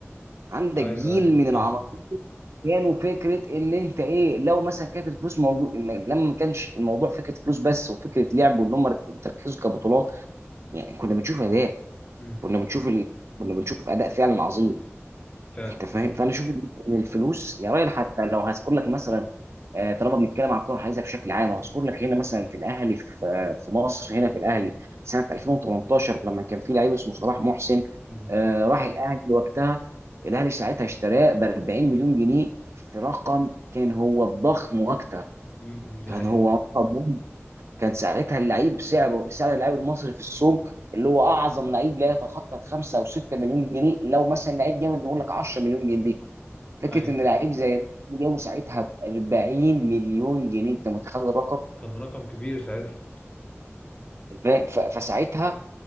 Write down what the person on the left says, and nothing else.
ايوه
ايوه
فاهم
امم
فعلا
امم
امم إمم، دي
حقيقه
ايوه
كان رقم كبير ساعتها